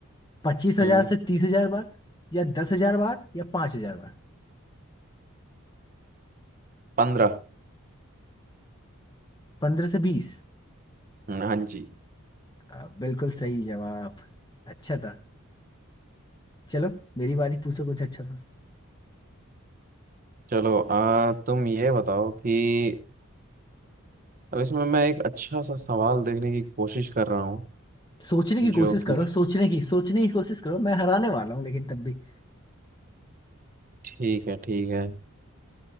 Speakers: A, on the left; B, on the right.
A: पच्चीस हजार
B: हम्म,
A: से तीस हजार बार या दस हजार बार या पांच हजार बार
B: पंद्रह
A: पंद्रह से बीस
B: हाँ 15, हाँ जी
A: आ, बिल्कुल सही जवाब अच्छा था चलो मेरी बारी पूछो कुछ अच्छा सा
B: चलो आ तुम ये बताओ कि अब इसमें मैं एक अच्छा सा सवाल देखने की कोशिश कर रहा हूँ
A: सोचने की
B: जो
A: कोशिश करो
B: कि
A: सोचने की सोचने की कोशिश करो मैं हराने वाला हूँ लेकिन तब भी
B: ठीक है ठीक है